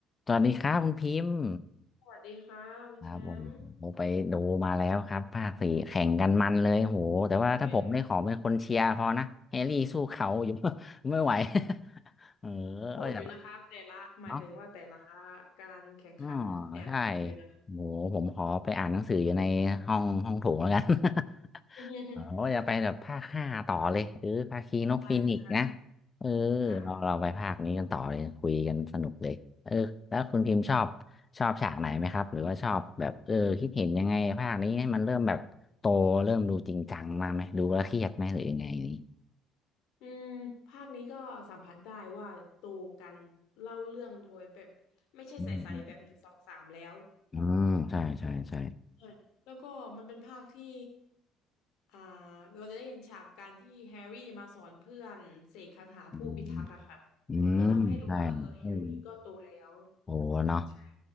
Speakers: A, on the left; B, on the left.
A: สวัสดีครับคุณพิมพ์
B: สวัสดีค่ะคุณแชมป์
A: ครับผมผมไปดูมาแล้วครับภาคสี่แข่งกันมันเลยโหแต่ว่าถ้าผมได้ขอเป็นคนเชียร์พอนะแฮร์รี่สู้เขาอยู่
B: เวย
A: <laughs> ไม่ไหว <laughs> เออ
B: โหดอยู่นะคะแต่ละหมายถึงว่าแต่ละ
A: ก็แบบเนาะ
B: การแข่งขันแอบอยู่นะคะ
A: อ๋อใช่โหผมขอไปอ่านหนังสืออยู่ในห้องห้องโถงแล้วกัน <laughs>
B: อืม
A: อ๋อาจะไปแบบภาคห้าต่อเลยเออภาคีนกฟีนิกซ์นะ
B: ได้เลยค่ะ
A: เออ
B: ค่ะ
A: เราเราไปภาคนี้กันต่อเลยคุยกันสนุกเลยเออแล้วคุณพิมพ์ชอบชอบฉากไหนไหมครับหรือว่าชอบแบบเออคิดเห็นยังไงภาคนี้ให้มันเริ่มแบบโตเริ่มดูจริงจังมาไหมดูแล้วเครียดไหมหรือยังไงนี่
B: อืมภาคนี้ก็สัมผัสได้ว่าตูกันเล่าเรื่องโดยแบบไม่ใช่ใสๆแบบหนึ่งสองสามแล้ว
A: อืมอืมอืมใช่ใช่ใช่
B: ใช่แล้วก็มันเป็นภาคที่อ่าเราจะได้เห็นฉากการที่แฮร์รี่มาสอนเพื่อนเสกคาถาผู้พิทักษ์อะค่ะ
A: อืมอืมใช่อืม
B: ก็ทำให้รู้ว่าเออแฮร์รี่ก็โตแล้ว
A: โอ้เนาะ
B: ใช่